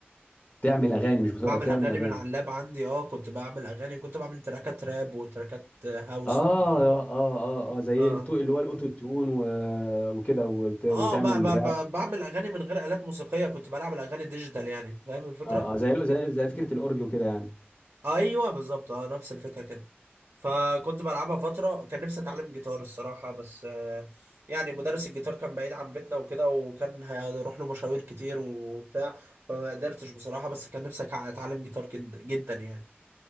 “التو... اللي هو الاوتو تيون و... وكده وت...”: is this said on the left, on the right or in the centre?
Left